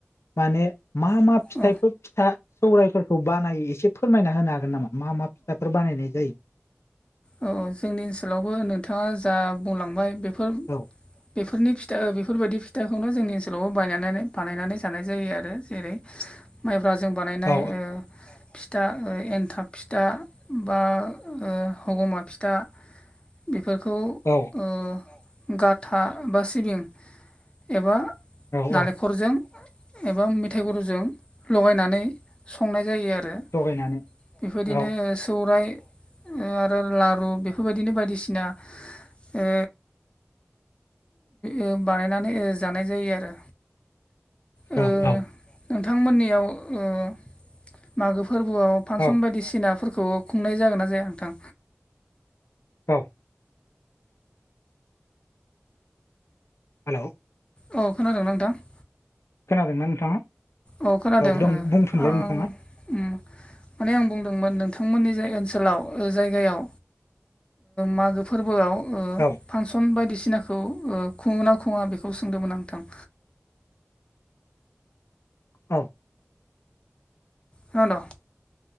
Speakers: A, on the left (about 85°); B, on the left (about 25°).
A: माने मा मा फिथाइफोर
B: औ
A: फिथा सौरायाइफोरखौ बानायो एसे फोरमायना होनो हागोन नामा। मा मा फिथाफोर बानायनाय जायो
B: औ जोंनि ओनसोलावबो नोंथाङा जा बुंलांबाय बेफोर
A: जायो
B: बेफोरनि फिथा ओ बेफोरबायदि फिथाखौनो जोंनि ओनसोलावबो बायनायनानै बानायनानै जानाय जायो आरो जेरै माइब्राजों बानायनाय
A: औ
B: ओ फिथा ओ एन्थाब फिथा बा हगमा फिथा बेफोरखौ
A: औ
B: ओ गाथा बा सिबिं एबा
A: औ
B: नालेंखरजों
A: औ
B: एबा मेथाइ गुरुजों लगायनानै संनाय जायो आरो
A: लगायनानै
B: बेफोरबायदिनो
A: औ
B: सौराय ओ आरो ला रु बेफोरबायदिनो बायदिसिना ओ ओ बानायनानै ओ जानाय जायो आरो उम
A: औ औ
B: नोंथांमोननियाव उम मागो फोरबोआव फांसन
A: औ
B: बायदिसिनाफोरखौ खुंनाय जागोन ना जाया नोंथां
A: औ हेल'
B: औ खोनादों ना नोंथां
A: खोनादों ना नोंथाङा
B: औ खोनादों
A: दं बुंफिनलाय
B: आं
A: नोंथाङा
B: उम माने आं बुंदोंमोन नोंथांमोननि जाय ओनसोलाव ओ जायगायाव मागो फोरबोआव
A: औ
B: फांसन बायदिसिनाखौ ओ खुङोना खुङा बेखौ सोंदोंमोन नोंथां
A: औ
B: खोनादों